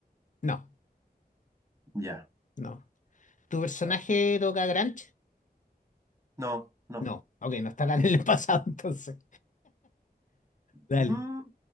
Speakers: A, on the left; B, on the right.
A: No,
B: Ya,
A: no. ¿Tu personaje
B: vale.
A: toca Grunge?
B: No, no.
A: No. Ok, no está tan en el pasado <laughs> entonces. Dale.
B: Mm,